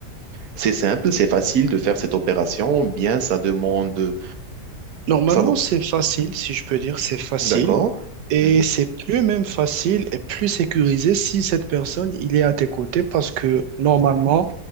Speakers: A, on the right; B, on the right.
A: c'est simple, c'est facile de faire cette opération, bien ça demande
B: Normalement,
A: ça non.
B: c'est facile, si je peux dire, c'est facile.
A: D'accord.
B: Et
A: Mhm.
B: c'est plus même facile et plus sécurisé si cette personne, il est à tes côtés parce que normalement,